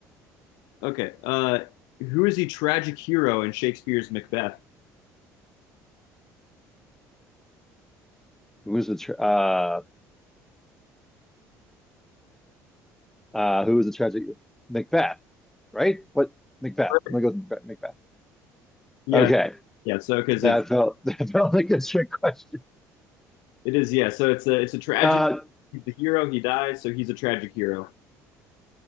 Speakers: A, on the left; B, in the centre.
A: Okay. Uh, who is the tragic hero in Shakespeare's Macbeth?
B: Who was the tra uh uh who was the tragic Macbeth, right? What Macbeth?
A: Perfect.
B: I'm gonna go with Macbeth. Macbeth.
A: Yeah,
B: Okay,
A: yeah. So because
B: that
A: it's
B: felt <laughs> that felt like a trick question.
A: it is yeah. So it's a it's a tragedy.
B: Uh,
A: He's the hero. He dies. So he's a tragic hero.